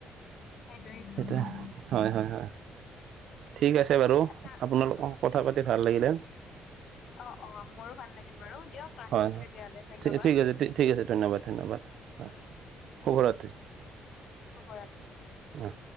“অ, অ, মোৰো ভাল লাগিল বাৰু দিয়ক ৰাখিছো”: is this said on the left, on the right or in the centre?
Left